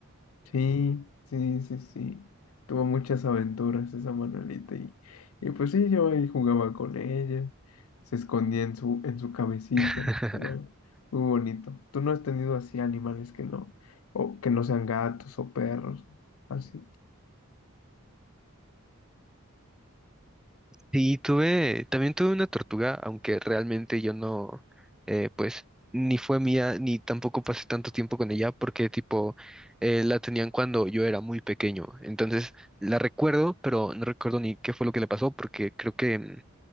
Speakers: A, on the left; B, in the centre.
A: Sí, sí, sí, sí. Tuvo muchas aventuras esa Manuelita y, y pues sí, yo ahí jugaba con ella, se escondía en su, en su cabecita.
B: <laughs>
A: ¿no? Muy bonito. ¿Tú no has tenido así animales que no, o que no sean gatos o perros, así?
B: Sí, tuve, también tuve una tortuga, aunque realmente yo no, eh, pues, ni fue mía, ni tampoco pasé tanto tiempo con ella, porque tipo, eh, la tenían cuando yo era muy pequeño. Entonces, la recuerdo, pero no recuerdo ni qué fue lo que le pasó, porque creo que mm,